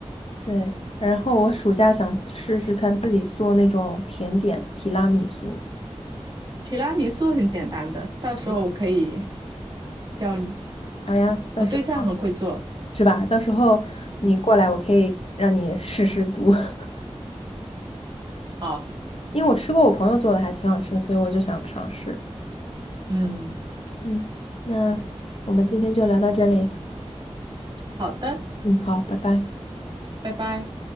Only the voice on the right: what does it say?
提拉米苏很简单的，到时候我可以
教你，
我对象很会做。
嗯，
好，
嗯，
好的，
拜拜。